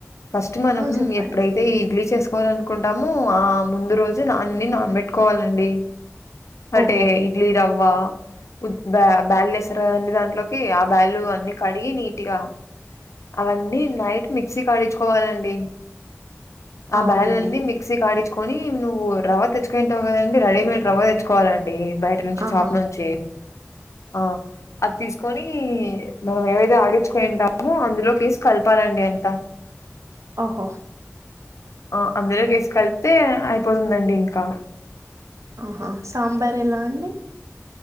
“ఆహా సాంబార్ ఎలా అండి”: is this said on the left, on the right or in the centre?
Right